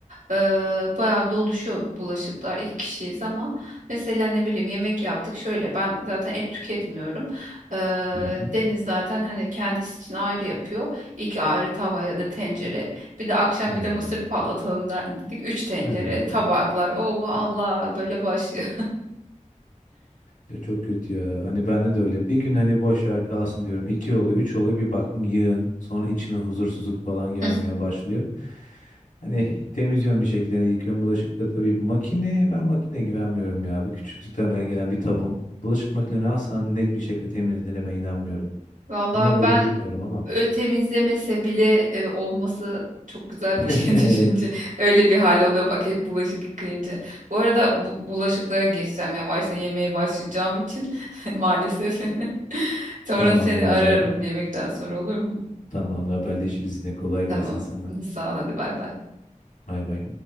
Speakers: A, on the right; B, on the left.
A: Ee, bayağı doluşuyor bulaşıklar iki kişiyiz ama mesela ne bileyim yemek yaptık şöyle ben zaten et tüketmiyorum. Ee,
B: Hı hı.
A: Deniz zaten hani kendisi için ayrı yapıyor iki ayrı tava ya da tencere bir de akşam
B: Hmm.
A: bir de mısır patlatalım da dedik üç tencere
B: Hadi bakalım.
A: tabaklar o bu Allah böyle başlıyor.
B: Ya çok kötü ya. Hani bende de öyle. Bir gün hani boş ver kalsın diyorum. İki oluyor, üç oluyor. Bir baktım yığın. Sonra içime huzursuzluk falan gelmeye
A: <laughs>
B: başlıyor. Hani temizliyorum bir şekilde. Hani yıkıyorum bulaşık da tabii. Makine, ben makine güvenmiyorum ya. Bu küçüklükten beri gelen bir tabum. Bulaşık makineni alsan net bir şekilde temizlediğine ben inanmıyorum.
A: Valla
B: Niye böyle
A: ben
B: bilmiyorum ama.
A: Ö, temizlemese bile e, olması çok güzel
B: <laughs>
A: bir şey <laughs> düşünce.
B: Evet,
A: Öyle bir hal oluyor bak hep bulaşık yıkayınca. Bu arada bu, bulaşıklara geçeceğim yavaştan yemeğe başlayacağım için <laughs> maalesef. <laughs> Sonra
B: tamamdır
A: seni
B: o
A: ararım
B: zaman.
A: yemekten sonra olur mu?
B: Tamam haberleşiriz yine kolay
A: Tamam.
B: gelsin sana.
A: <laughs> Sağ ol hadi bay bay.
B: Bay bay.